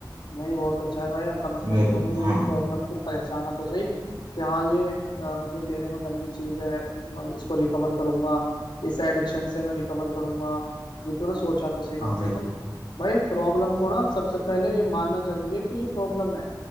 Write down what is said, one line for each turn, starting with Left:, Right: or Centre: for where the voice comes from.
Left: नहीं बहुत अच्छा है भाई अब कम से
Right: मैं-
Left: कम तूने
Right: हाँ
Left: ये प्रॉब्लम को पहचाना तो सही कि हाँ ये अ, मतलब मेरे में गंदी चीज है मैं इसको रिकवर करूंगा इस एडिक्शन से मैं रिकवर करूंगा ये तूने सोचा तो सही कम
Right: हाँ
Left: से
Right: भाई
Left: कम भाई प्रॉब्लम को ना सबसे पहले ये मानना जरूरी है कि ये प्रॉब्लम है